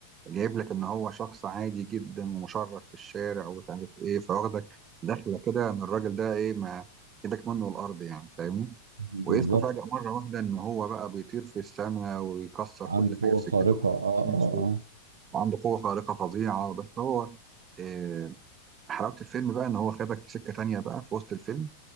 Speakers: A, on the right; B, on the right.
A: جايب لك ان هو شخص عادي جدا ومشرد في الشارع ومش عارف ايه فواخدك دخله كده ان الراجل ده ايه ما ايدك منه الارض يعني فاهمني
B: بالظبط
A: واسمه فجأة مرة واحدة إن هو بقى بيطير في السماء ويكسر
B: عنده
A: كل
B: قوة
A: حاجة في
B: خارقة
A: سكته وهو
B: اه
A: ماشي
B: اه اه
A: وعنده قوة خارقة فظيعة بس هو إيه، حلاوة الفيلم بقى إن هو خدك في سكة تانية بقى في وسط الفيلم